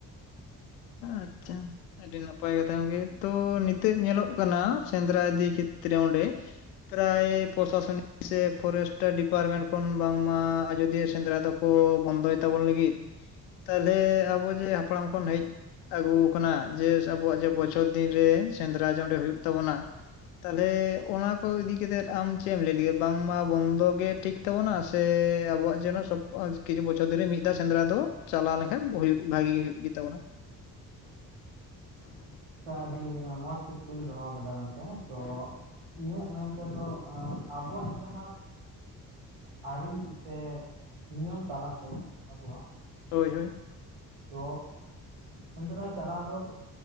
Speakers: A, on the left; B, on the right.
A: ᱟᱪᱷᱟ ᱟᱹᱰᱤ ᱱᱟᱯᱟᱭ ᱠᱟᱛᱷᱟ ᱜᱮ ᱛᱚ ᱱᱤᱛᱳᱜ ᱧᱮᱞᱚᱜ ᱠᱟᱱᱟ ᱥᱮᱫᱽᱨᱟ ᱮᱫᱤ ᱠᱷᱮᱛᱨᱮ ᱚᱸᱰᱮ ᱯᱨᱟᱭ ᱯᱨᱚᱥᱟᱥᱚᱱᱤᱠ ᱥᱮ ᱯᱷᱚᱨᱮᱥᱴᱟᱨ ᱰᱤ ᱯᱟᱨᱢᱮᱱᱴ ᱠᱷᱚᱱ ᱵᱟᱝᱢᱟ ᱟᱡ ᱟᱡᱚᱫᱤᱭᱟᱹ ᱥᱮᱸᱫᱽᱨᱟ ᱫᱚᱠᱚ ᱵᱚᱱᱫᱚᱭ ᱛᱟᱵᱚᱱ ᱞᱟᱹᱜᱤᱫ ᱛᱟᱦᱚᱞᱮ ᱟᱵᱚ ᱡᱮ ᱦᱟᱯᱲᱟᱢ ᱠᱷᱚᱱ ᱦᱮᱡ ᱟᱹᱜᱩ ᱠᱟᱱᱟ ᱡᱮ ᱟᱵᱚᱣᱟᱜ ᱡᱮ ᱵᱚᱪᱷᱚᱨ ᱫᱤᱱᱨᱮ ᱥᱮᱸᱫᱽᱨᱟ ᱡᱮ ᱚᱸᱰᱮ ᱦᱩᱭᱩᱜ ᱛᱟᱵᱚᱱᱟ ᱛᱟᱦᱚᱞᱮ ᱚᱱᱟ ᱠᱚ ᱤᱫᱤ ᱠᱟᱛᱮᱫ ᱟᱢ ᱪᱮᱫ ᱮᱢ ᱞᱟᱹᱭ ᱞᱟᱹᱜᱤᱫ, ᱵᱟᱝᱢᱟ ᱵᱚᱱᱫᱚ ᱜᱮ ᱴᱷᱤᱠ? ᱛᱟᱵᱚᱱᱟ ᱥᱮ ᱟᱵᱚᱣᱟᱜ ᱡᱮᱱᱚ <inaudible> ᱠᱤᱪᱷᱩ ᱵᱚᱪᱷᱚᱨ ᱫᱷᱚᱨᱮ ᱢᱤᱫ ᱫᱷᱟᱣ ᱥᱮᱸᱫᱽᱨᱟ ᱫᱚ ᱪᱟᱞᱟᱣ ᱞᱮᱱᱠᱷᱟᱱ ᱦᱩᱭᱩᱜ ᱵᱷᱟᱹᱜᱤ ᱜᱮ ᱦᱩᱭᱩᱜ ᱜᱮ ᱛᱟᱵᱚᱱᱟ᱾ <inaudible>
B: ᱟᱪᱪᱷᱟ ᱟᱹᱰᱤ ᱢᱚᱸᱡᱽ ᱠᱩᱠᱞᱤᱢ ᱫᱚᱦᱚ ᱟᱠᱟᱫᱟ ᱜᱚᱝᱠᱮ ᱛᱚ ᱤᱧᱟᱹᱜ ᱢᱮᱱ ᱛᱮᱫᱚ ᱟᱵᱚᱣᱟᱜ ᱡᱟᱦᱟᱸ ᱟᱹᱨᱤ ᱥᱮ ᱱᱤᱭᱚᱢ ᱛᱟᱞᱟ ᱛᱮ ᱟᱵᱚᱣᱟᱜ
A: ᱦᱳᱭ ᱦᱳᱭ
B: ᱛᱚ ᱥᱮᱸᱫᱽᱨᱟ ᱪᱟᱞᱟᱣ ᱫᱚ